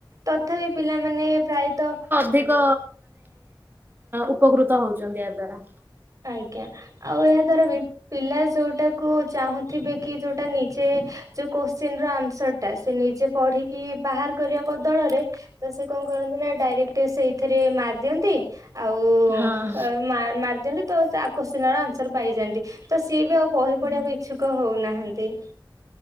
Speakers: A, on the right; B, on the right.
A: ତଥାପି ପିଲାମାନେ ପ୍ରାୟତଃ
B: ଧିକ ଉପକୃତ ହଉଚନ୍ତି ଏହା ଦ୍ଵାରା।
A: ଆଜ୍ଞା ଆଉ ଏହା ଦ୍ଵାରା ପି ପିଲା ଯୋଉଟାକୁ ଚାହୁଁଥିବେ କି ଯୋଉଟା ନିଜେ ଯୋଉ କୋଶ୍ଚିନର ଆନ୍ସର ଟା ସେ ନିଜେ ପଢିକି ବାହାର କରିବା ବଦଳରେ ତ ସେ କଣ କରନ୍ତି ଡାଇରେକ୍ଟ ସେଇଥିରେ ମାରି ଦିଅନ୍ତି ଆଉ
B: ହଁ
A: ମାର୍ ମାରି ଦିଅନ୍ତି ଆ କଶଚିନ ର ଆନ୍ସର ପାଇଯାଆନ୍ତି, ତ ସିଏ ବି ଆଉ ବହି ପଢିବାକୁ ଇଚଛୁକ ହଉନାହାନ୍ତି। <inaudible>